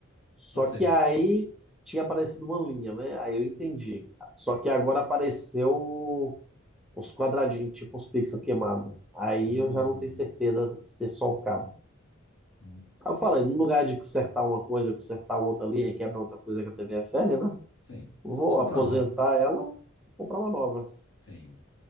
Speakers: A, in the centre; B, on the left (about 65°).
A: Só
B: pode
A: que
B: ser.
A: aí tinha aparecido uma linha, né? Aí eu entendi. Só que agora apareceu uns quadradinhos, tipo uns pixels queimados. Aí
B: Hum,
A: eu já não tenho certeza se é só o cabo.
B: hum.
A: Aí eu falei, no lugar de consertar uma coisa, consertar outra ali, aí quebra outra coisa que a TV é velha, né?
B: Sim.
A: Vou
B: Vamos comprar
A: aposentar
B: nova.
A: ela e comprar uma nova.
B: Sim.